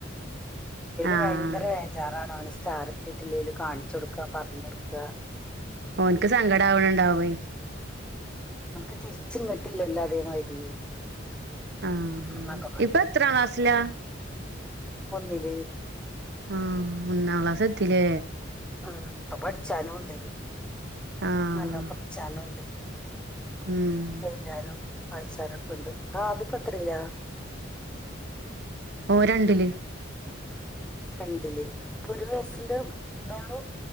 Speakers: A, in the centre; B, on the right (about 60°).
A: ഇതിനു
B: ആഹ്
A: ഭയങ്കര ജാ അതാണ് സ്റ്റാർ കിട്ടിയിട്ട്ല്ലെലും കാണിച്ചു കൊടുക്ക പറഞ്ഞ് കൊടുക്ക.
B: ഓനക്ക് സങ്കടം ആവണണ്ടാവേ
A: തിരിച്ച് ഇങ്ങോട്ട്ല്ലല്ലോ അതേമാതിരി.
B: ആഹ്
A: എന്നൊക്കെ പറഞ്ഞു
B: ഇപ്പം എത്രാ ക്ലാ സ് ലാ
A: ഒന്നില്.
B: ആഹ് ഒന്നാം ക്ലാസ്സ്‌ എത്തില്ലേ?
A: ആഹ് അപ്പൊ പഠിച്ചാലും ഉണ്ടെ
B: ആഹ്
A: നല്ല പഠി <unintelligible> ഉണ്ട്.
B: ഉം
A: എഴുതാനും വായിച്ചാനും. ക്ണ്ട് ആഹ് ത് ഇപ്പെത്രീലാ?
B: ഓൻ രണ്ടില്
A: രണ്ടില് അപ്പൊ ഒരു വയസിന്റെ ഇതൊള്ളൂ